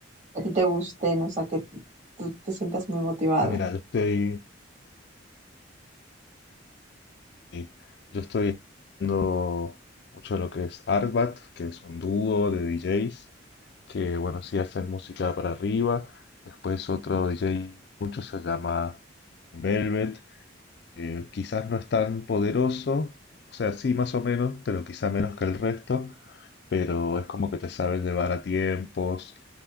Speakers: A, on the right (about 35°); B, on the left (about 55°).
A: Que A ti te guste, ¿no? O sea, que tú te sientas muy motivado.
B: Mira, yo estoy, sí, yo estoy viendo mucho lo que es Artbat, que es un dúo de DJs, que bueno, sí hacen música para arriba. Después otro DJ, mucho se llama Velvet, Eh, quizás no es tan poderoso, o sea, sí, más o menos, pero quizá menos que el resto, pero es como que te sabe llevar a tiempos